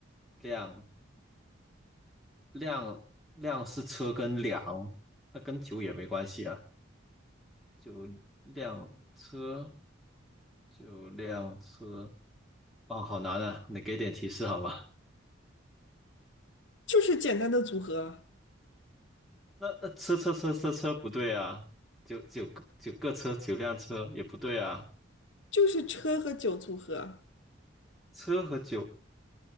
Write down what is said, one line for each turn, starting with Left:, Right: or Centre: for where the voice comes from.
Centre: 辆量量是车跟粮，那跟酒也没关系啊。就辆车，就辆车啊，好难啊！你给点提示好吗？
Left: 就是简单的组合，
Centre: <laughs> 那那车车车车车不对啊，九九个九个车九辆车也不对啊，
Left: 就是车和酒组合。
Centre: 车和九